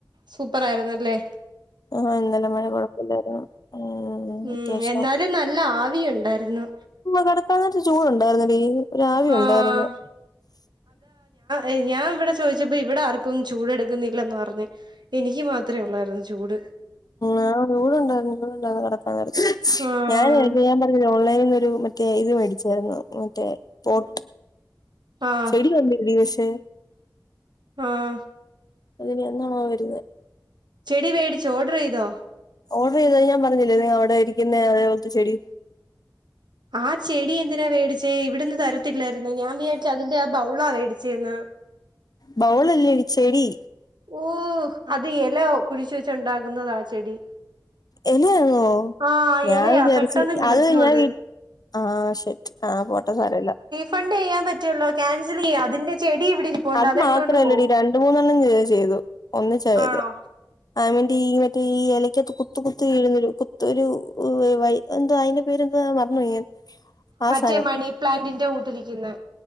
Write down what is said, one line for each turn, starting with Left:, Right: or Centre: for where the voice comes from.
Right: സൂപ്പർ ആയിരുന്നല്ലേ?
Left: ആഹ് ഇന്നലെ മഴ കൊഴപ്പമില്ലാരുന്നു ഉം
Right: ഉം
Left: അത്യാവശ്യം
Right: എന്നാലും നല്ല ആവി ഉണ്ടായിരുന്നു.
Left: കെടക്കാ നേരത്ത് ചൂടുണ്ടായിരുന്നെടീ ഒരു ആവി
Right: ആഹ്
Left: ഉണ്ടായിരുന്നു.
Right: ഏയ് ഞാൻ ഇവിടെ ചോദിച്ചപ്പോ ഇവിടെ ആർക്കും ചൂട് എടുക്കുന്നില്ലാന്ന് പറഞ്ഞ്. എനിക്ക് മാത്രേ ഒള്ളായിരുന്നു ചൂട്.
Left: ആഹ് ചൂടുണ്ടായിരുന്ന് ചൂടുണ്ടായിരുന്ന് കെടക്കാൻ നേരത്ത്
Right: ആഹ്
Left: ഞാൻ <unintelligible> പറഞ്ഞില്ലേ ഓൺലൈനീന്നൊരു മറ്റേ ഇത് മേടിച്ചായിരുന്നു മറ്റേ പോട്ട്
Right: ആഹ്
Left: ചെടി വന്നില്ലേ പക്ഷേ
Right: ആഹ്
Left: അതിനിഎന്നാണോ വരുന്നേ?
Right: ചെടി വേടിച്ചോ ഓഡറെയ്തോ?
Left: ഓഡറെയ്തത് ഞാൻ പറഞ്ഞില്ലേ <unintelligible> അവിടെ ഇരിക്കുന്നെ അതേപോലത്തെ ചെടി.
Right: ആ ചെടി എന്തിനാ വേടിച്ചേ ഇവിടുന്ന് തരത്തില്ലായിരുന്നോ ഞാൻ വിചാരിച്ച് അതിന്റെ ആ ബൗളാ വേടിച്ചേന്ന്.
Left: ബൗളല്ലടി ചെടി.
Right: ഓഹ് അത് എല കുഴിച്ച് വെച്ചുണ്ടാകുന്നതാ ആ ചെടി.
Left: എലയാന്നോ?
Right: ആഹ്
Left: ഞാൻ
Right: ഇലയാ
Left: വിചാരിച്ച്
Right: പെട്ടെന്ന് കിളിക്കും
Left: അത് ഞാ വി ആഹ് ഷിറ്റ് ആഹ് പോട്ടെ സാരല്ല.
Right: ഫണ്ട് ചെയ്യാൻ പറ്റുവല്ലോ ക്യാൻസലെയ്യാ അതിന്റെ ചെടി ഇവിടെ ഇരിപ്പുണ്ട്
Left: അത്
Right: അതെടുത്തോണ്ട്
Left: മാത്രല്ലടി
Right: പോ
Left: രണ്ട് മൂന്നെണ്ണം ചെയ്തു ഒന്നിച്ചാ ചെയ്തേ.
Right: ആണോ
Left: ആ <unintelligible> ടി മറ്റേ ഈ എലക്കൊക്കെ കുത്ത് കുത്ത് വീഴുന്നൊരു കുത്ത്‌ ഒരു വ വഴ എന്ത്‌ വാ അയിന്റെ പേരന്ത് വാ മറന്ന് പോയി ഞാൻ ആ
Right: മറ്റേ
Left: സാധനം
Right: മണി പ്ലാന്റിന്റെ കൂട്ടിരിക്ന്നെ